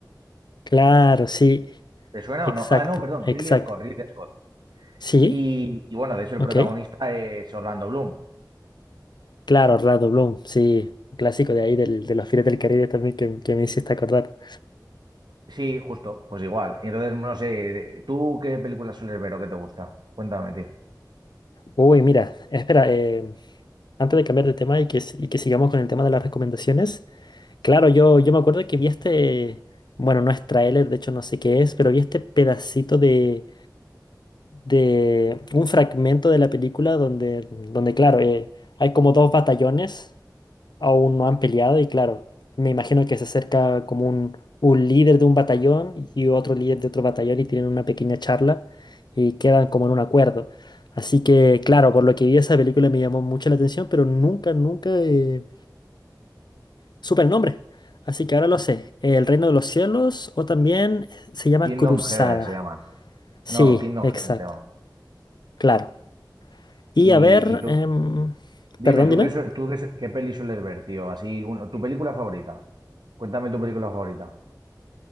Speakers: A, on the left; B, on the right.
A: claro, sí,
B: ¿Te suena
A: exacto,
B: o no? Ah, no, perdón,
A: exacto.
B: Ridley Scott, Ridley Scott.
A: Sí,
B: Y, y bueno, de hecho
A: ok.
B: el protagonista es Orlando Bloom.
A: Claro, Orlando Bloom, sí, un clásico de ahí del, de los Piratas del Caribe también que, que me hiciste acordar.
B: Sí, justo, pues igual. Y Entonces, no sé, ¿tú qué películas sueles ver o qué te gusta? Cuéntame, tío.
A: Uy, mira, espera, eh, antes de cambiar de tema y que, s- y que sigamos con el tema de las recomendaciones, claro, yo, yo me acuerdo que vi este, bueno, no es tráiler, de hecho no sé qué es, pero vi este pedacito de, de un fragmento de la película donde, donde claro, eh, hay como dos batallones aún no han peleado y claro, me imagino que se acerca como un, un líder de un batallón y otro líder de otro batallón y tienen una pequeña charla y quedan como en un acuerdo. Así que claro, por lo que vi esa película me llamó mucho la atención, pero nunca, nunca eh, supe el nombre. Así que ahora lo sé, El Reino de los Cielos o también se llama
B: Kingdom
A: Cruzada.
B: Heaven se llaman.
A: Sí,
B: No, Kingdom
A: exacto,
B: Heaven se llaman.
A: claro. Y
B: Y,
A: a ver,
B: y tú,
A: em,
B: dime,
A: perdón,
B: ¿tú
A: dime.
B: qué, su- tú qué, su- qué peli sueles ver, tío? Así, un- tu película favorita. Cuéntame tu película favorita.